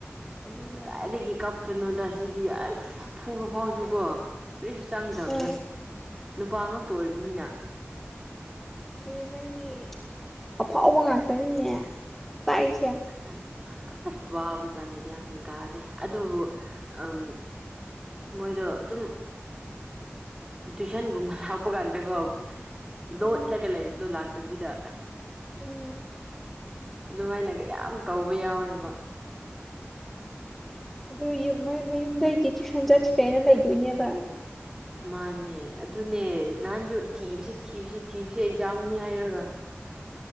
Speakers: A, in the centre; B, on the right (about 15°).
A: ꯑꯗꯨꯒ
B: ꯀꯗꯥꯏꯗꯒꯤ ꯀꯞꯄꯅꯣꯗꯁꯤꯗꯤ ꯑꯁ꯫ ꯐꯨꯕ ꯐꯥꯎꯁꯨ ꯀꯣ ꯀꯔꯤꯁꯨ ꯆꯪꯗꯕꯅꯦ꯫
A: ꯑ
B: ꯅꯨꯄꯥ ꯉꯥꯛꯇ ꯑꯣꯏꯕꯅꯤꯅ꯫
A: ꯑꯗꯨꯅꯤ ꯅꯪꯗꯤ꯫ ꯑꯐꯥꯎꯕ ꯉꯥꯛꯇꯅꯤꯅꯦ꯫ ꯇꯥꯛꯏꯁꯦ
B: ꯑ ꯑꯁ ꯋꯥꯕꯖꯥꯠꯅꯤ꯫ ꯌꯥꯝꯃ‌ꯦꯟ ꯇꯥꯗꯦ ꯑꯗꯨꯕꯨ ꯎꯝ ꯃꯣꯏꯗꯣ ꯑꯗꯨꯝ꯫ ꯇꯨꯏꯁꯟꯒꯨꯝꯕ ꯂꯥꯛꯄ ꫰ꯀꯥꯟꯗꯀꯣ꯫
A: ꯎꯝ
B: ꯂꯣꯠꯂꯒ ꯂꯩꯕꯗꯣ ꯂꯥꯛꯇꯕꯤꯗ꯫
A: ꯎꯝ
B: ꯑꯗꯨꯃꯥꯏꯅ ꯀꯌꯥꯝ ꯇꯧꯕ ꯌꯥꯎꯋꯦꯕ꯫
A: ꯑꯗꯨꯏ ꯌꯨꯝ ꯃꫭꯏ ꯃꯌꯨꯝꯗꯗꯤ ꯇꯨꯏꯁꯟ ꯆꯠꯈ꯭ꯔꯦꯅ ꯂꯩꯗꯣꯏꯅꯦꯕ꯫
B: ꯃꯥꯅꯦ ꯑꯗꯨꯅꯦ ꯅꯍꯥꯟꯁꯨ ꯊꯤꯕꯁꯤ ꯊꯤꯕꯁꯤ ꯊꯤꯕꯁꯤ ꯑꯦꯛꯖꯥꯝꯅꯤ ꯍꯥꯏꯔꯒ꯫ ꯫